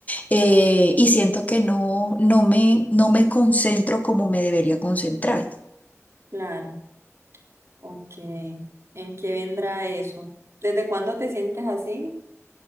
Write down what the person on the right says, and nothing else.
Claro, ok. ¿En qué vendrá eso? ¿Desde cuándo te sientes así?